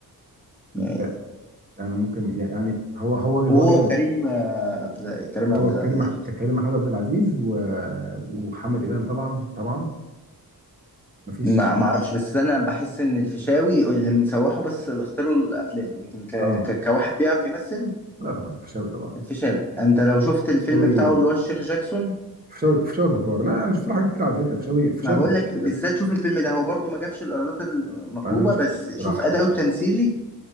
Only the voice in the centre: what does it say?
يعني
وهو
وكريم آه، عبد كريم عبد
العزيز
ما ما اعرفش بس انا بحس ان الفيشاوي اللي مسوحه بس اختاروا الافلام لكن ك...
ك... كواحد بيعرف يمثل
الفيشاوي يعني انت لو شفت الفيلم
بتاعه اللي هو الشيخ جاكسون
ما بقول
لك بالذات
شوف الفيلم ده هو برضو ما جابش الايرادات المطلوبه
بس
شوف اداؤه التمثيلي